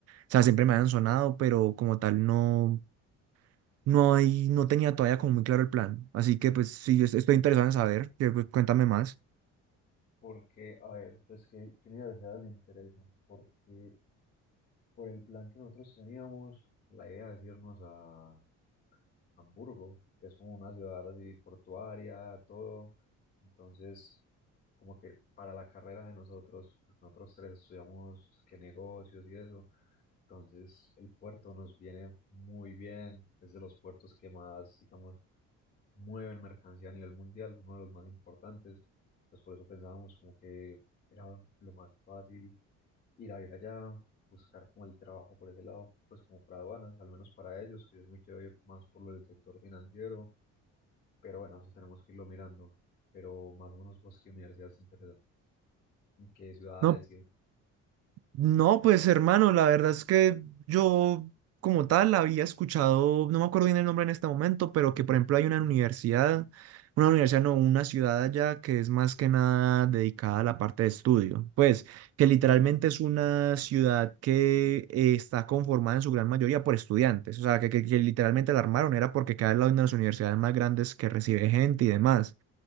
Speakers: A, on the right; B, on the left.
A: sea, siempre me habían sonado, pero como tal no, no hay, no tenía todavía como muy claro el plan. Así que pues sí, yo est- estoy interesado en saber, que, pues, cuéntame más.
B: Porque, a ver, pues qué, qué universidades le interesan, porque por el plan que nosotros teníamos, la idea es irnos a Hamburgo, que es como una ciudad así portuaria, todo. Entonces, como que para la carrera de nosotros, porque nosotros tres estudiamos qué negocios y eso, entonces el puerto nos viene muy bien, es de los puertos que más, digamos, mueven mercancía a nivel mundial, uno de los más importantes. Pues por eso pensábamos como que era lo más fácil ir a ver allá, buscar como el trabajo por ese lado, pues como para aduanas, al menos para ellos, que yo sí me quiero ir más por lo del sector financiero, pero bueno, eso tenemos que irlo mirando. Pero más o menos vos qué universidad te interesa, en qué ciudades
A: No,
B: y en-
A: No, pues hermano, la verdad es que yo como tal había escuchado, no me acuerdo bien el nombre en este momento, pero que por ejemplo hay una universidad, una universidad no, una ciudad allá que es más que nada dedicada a la parte de estudio, pues que literalmente
B: Ah,
A: es una ciudad que eh, está conformada en su gran mayoría por estudiantes, o sea, que, que- que literalmente la armaron era porque cada una de las universidades más grandes que recibe gente y demás.